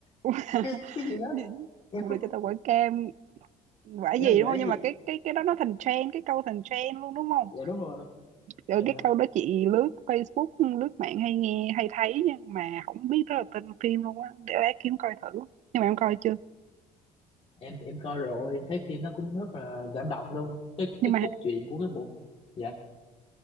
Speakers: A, on the right (about 60°); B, on the left (about 40°).
A: <laughs>
B: cái cái gì đó em
A: cũng
B: không
A: được cho tao quả cam quả gì
B: em quả
A: đúng không
B: gì
A: nhưng mà cái cái cái đó nó thành trend cái câu thành trend luôn đúng không
B: dạ đúng rồi
A: rồi
B: dạ.
A: cái câu đó chị lướt Facebook lướt mạng hay nghe hay thấy nhưng mà không biết đó là tên phim luôn á để lát kiếm coi thử nhưng mà em coi chưa
B: em em coi rồi em thấy phim nó cũng rất là cảm động luôn cái
A: nhưng
B: cái
A: mà
B: cốt truyện của cái bộ dạ